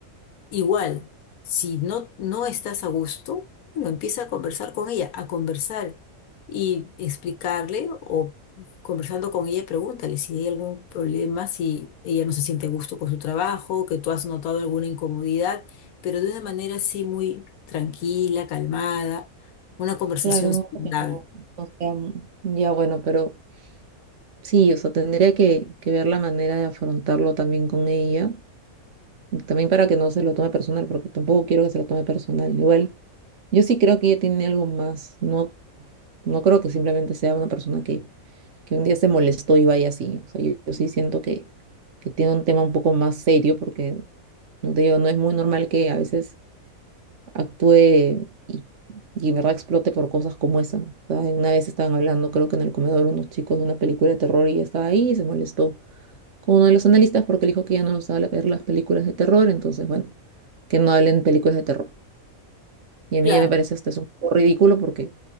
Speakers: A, on the left (about 75°); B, on the right (about 55°).
A: Igual, si no, no estás a gusto, bueno, empieza a conversar con ella, a conversar y explicarle o conversando con ella, pregúntale si hay algún problema, si ella no se siente a gusto con su trabajo, que tú has notado alguna incomodidad, pero de una manera así muy tranquila, calmada, una conversación
B: Claro, algo
A: saludable.
B: que no, no sea un- ya bueno, pero sí, o sea, tendría que, que ver la manera de afrontarlo también con ella, y también para que no se lo tome personal, porque tampoco quiero que se lo tome personal. Igual, yo sí creo que ella tiene algo más, no, no creo que simplemente sea una persona que, que un día se molestó y vaya así. O sea, yo, yo sí siento que, que tiene un tema un poco más serio, porque, no te digo, no es muy normal que a veces actúe y, y en verdad explote por cosas como esa. O sea, una vez estaban hablando, creo que en el comedor, unos chicos de una película de terror y ella estaba ahí y se molestó con uno de los analistas porque le dijo que ya no usaba ver las películas de terror, entonces, bueno, que no hablen películas de terror. Y
A: Claro,
B: a mí ya me parece hasta es un poco ridículo porque,